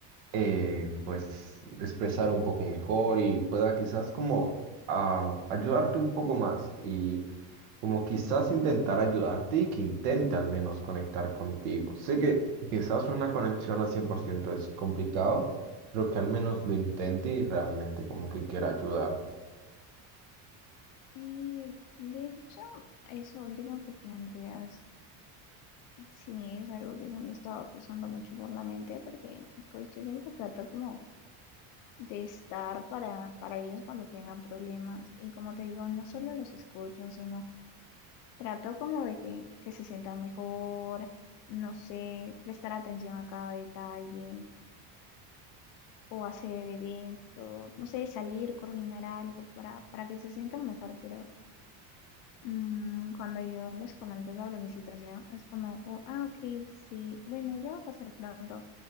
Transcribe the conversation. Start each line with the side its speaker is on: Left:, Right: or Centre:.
Right: eh, pues expresar un poco mejor y pueda quizás como ah, ayudarte un poco más y como quizás intentar ayudarte y que intente al menos conectar contigo. Sé que quizás una conexión al 100% es complicado, pero que al menos lo intente y realmente como que quiera ayudar.
Left: Y de hecho, eso último que planteas. Sí, es algo que se me estaba pasando mucho por la mente porque pues yo siempre trato como de estar para, para ellos cuando tengan problemas y como te digo, no solo los escucho, sino trato como de que, que se sientan mejor, no sé, prestar atención a cada detalle o hacer eventos, no sé, salir, coordinar algo para, para que se sientan mejor, pero Mm, cuando yo les comento sobre mi situación, es como, "Oh, ah, ok, sí, bueno, ya va a pasar pronto.